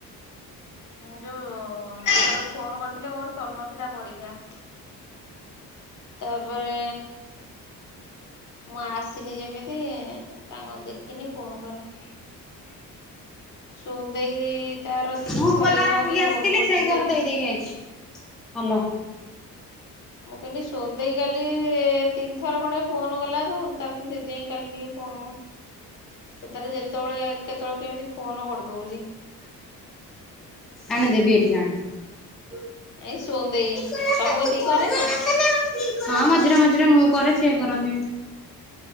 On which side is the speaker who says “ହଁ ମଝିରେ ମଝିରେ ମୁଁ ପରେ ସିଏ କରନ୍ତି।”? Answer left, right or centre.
Centre